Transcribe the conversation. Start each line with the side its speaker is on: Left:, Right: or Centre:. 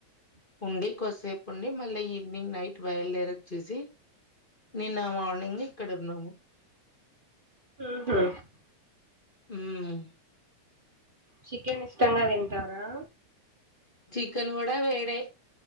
Left: ఉండి కొద్దిసేపు ఉండి మళ్ళీ ఈవినింగ్ నైట్ బయలుదేరి వచ్చేసి నిన్న మార్నింగ్ ఇక్కడ ఉన్నాము
Right: హుహూ
Left: మ్మ్
Right: చికెన్ ఇష్టంగా తింటారా
Left: చికెన్ గూడా వేడే